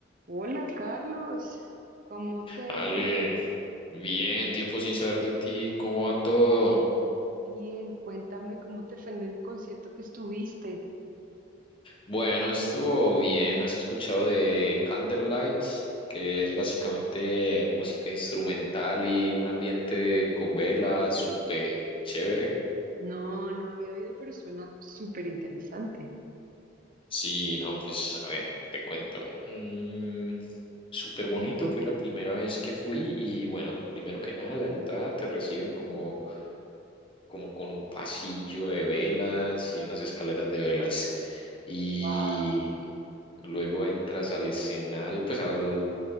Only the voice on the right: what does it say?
Hola Carlos, ¿cómo te ha
ido?
Bien, cuéntame cómo te fue en el concierto que estuviste.
No, no había oído, pero suena súper interesante.
Wow.